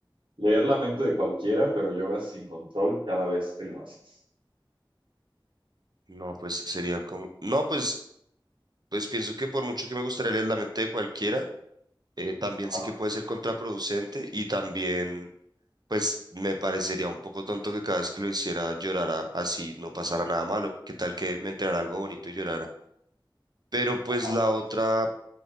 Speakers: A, on the right; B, on the right.
A: Leer la mente de cualquiera, pero lloras sin control cada vez que lo haces.
B: No, pues sería como... No, pues, pues pienso que por mucho que me gustaría leer la mente de cualquiera, eh, también
A: Ajá,
B: sé que puede ser contraproducente y también, pues, me parecería un poco tonto que cada vez que lo hiciera llorara así, no pasara nada malo. ¿Qué tal que me enterara algo bonito y llorara? Pero pues
A: ajá.
B: la otra...